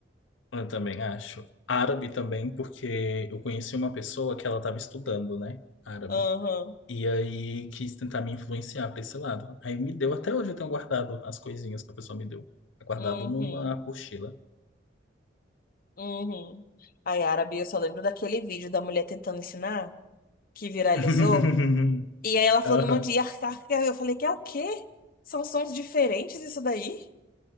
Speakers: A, on the left; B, on the left.
A: Eu também acho. Árabe também, porque eu conheci uma pessoa que ela estava estudando, né? Árabe.
B: Aham,
A: E aí quis tentar me influenciar para esse lado. Aí me deu, até hoje eu tenho guardado as coisinhas que a pessoa me deu. É Guardado
B: uhum,
A: numa apostila.
B: uhum. Aí, árabe, eu só lembro daquele vídeo da mulher tentando ensinar, que viralizou.
A: <laughs>
B: E aí ela falando
A: Aham.
B: um monte de iar car Eu falei, que é o quê? São sons diferentes isso daí?